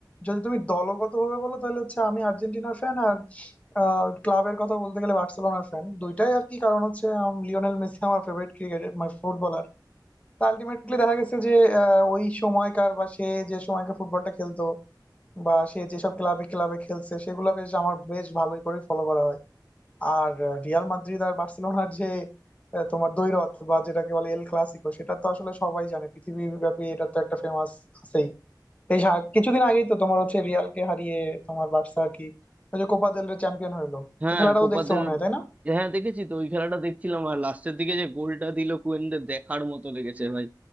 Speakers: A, on the left; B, on the right.
A: যদি তুমি দলগত ভাবে বলো তাহলে হচ্ছে আমি আর্জেন্টিনার ফ্যান আর ক্লাবের কথা বলতে গেলে বার্সেলোনার ফ্যান দুইটাই আর কি কারণ হচ্ছে আম, লিওনেল মেসি আমার ফেভারিট ক্রিকেটার মানে ফুটবলার তা আলটিমেটলি দেখা গেছে যে আহ, ওই সময়কার বা সে যে সময়কার ফুটবলটা খেলতো বা সে যেসব ক্লাবে ক্লাবে খেলছে সেগুলা বেশ আমার বেশ ভালোই করে ফলো করা হয় আর রিয়াল মাদ্রিদ আর বার্সেলোনার যে আহ, তোমার দ্বৈরথ বা যেটাকে বলে এল ক্লাসিকো সেটা তো আসলে সবাই জানে পৃথিবীর ব্যাপী এটা তো একটা ফেমাস আছেই এই সা- কিছুদিন আগেই তো তোমার হচ্ছে রিয়ালকে হারিয়ে তোমার বার্সা আর কি ওই যে কোপা দেল রে চ্যাম্পিয়ন হলো
B: হ্যাঁ
A: এই খেলাটাও
B: কোপাদের
A: দেখছো মনে হয় তাই না
B: হ্যাঁ দেখেছি তো ওই খেলাটা দেখছিলাম আর লাস্টের দিকে যে গোলটা দিল কুয়েনদের দেখার মতো লেগেছে ভাই